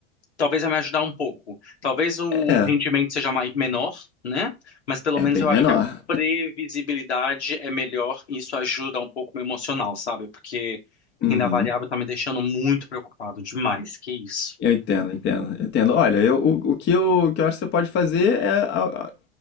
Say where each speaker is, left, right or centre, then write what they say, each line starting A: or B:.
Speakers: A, on the left (about 75°); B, on the left (about 30°).
A: talvez vai me ajudar um pouco. Talvez o
B: É,
A: rendimento seja mai- menor, né? Mas pelo
B: é
A: menos
B: bem
A: eu
B: menor.
A: acho que a previsibilidade é melhor e isso ajuda um pouco o meu emocional, sabe? Porque
B: Uhum.
A: renda variável tá me deixando muito preocupado demais. Que isso?
B: Eu entendo, entendo, entendo. Olha, eu, o, o que eu, o que eu acho que você pode fazer é. a- a-